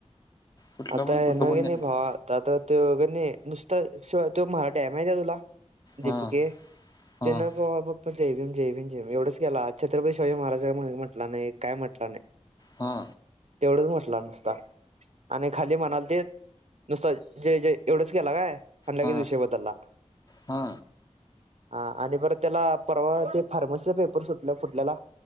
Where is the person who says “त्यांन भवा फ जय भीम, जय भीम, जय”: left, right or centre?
Right